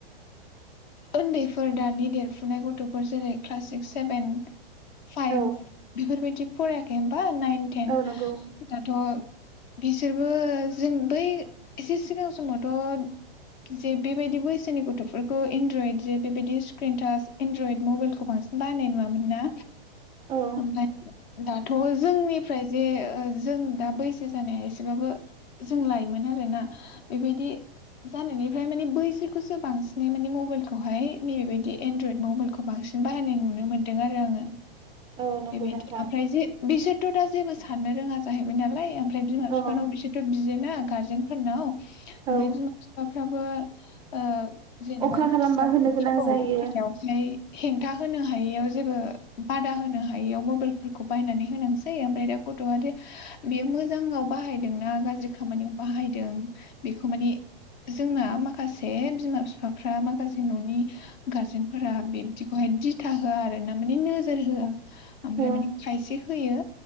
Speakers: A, on the left (about 50°); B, on the right (about 15°).
A: उन्दैफोर दानि देरफुनाय गथ' फोर जेरै क्लास सिक्स, सेभेन, फाइभ
B: औ
A: बिफोर बायदि फरायाखै होम बा नाइन तेन
B: औ नंगौ
A: दाथ' बिसोरबो जों बै एसे सिगां समावथ' जे बेबायदि बैसोनि गथ'फोरखौ एनड्रयद जे बेबायदि स्क्रिनटाच एनड्रयद मबाइलखौ बांसिन बाहायनाय नुवा मोन ना
B: औ
A: ओमफ्राय दाथ' जोंनिफ्राय जे जों दा बैसो जानाया एसेबाबो जों लायोमोन आरोना। बेबायदि जानायनिफ्राय माने बैसोरखौसो बांसिनै माने मबाइलखौहाय नै बेबायदि एनड्रयद मबाइलखौ बांसिन बाहायनाय नुनो मोन्दों आरो आङो।
B: औ नंगौ
A: बेबायदि
B: नोंथां
A: ओमफ्राय जे बिसोरथ' दा जेबो साननो रोङा जाहैबाय नालाय ओमफ्राय बिमा
B: औ
A: बिफानाव बिसोरथ' बियोेना। गारजेन फोरनाव ओमफ्राय
B: औ
A: बिमा बिफाफ्राबो ओ जेनेबा
B: अख्रा
A: <unintelligible>
B: खालामबा होनो गोनां जायो
A: हेंथा होनो हायियाव जेबो बादा होनो हायि याव मबाइलफोरखौ बायनानै होनांसै ओमफ्राय दा गथ'आ दे बेयो मोजाङाव बाहायदों गाज्रि खामानियाव बाहाय दों बे माने जोंना माखासे बिमा बिफ्रा माखासे न'नि गारजेनफोरा बे बिदिखौहाय दिथा होआ आरो ना माने नोजोर होआ ओमफ्राय
B: औ
A: माने खायसे होयो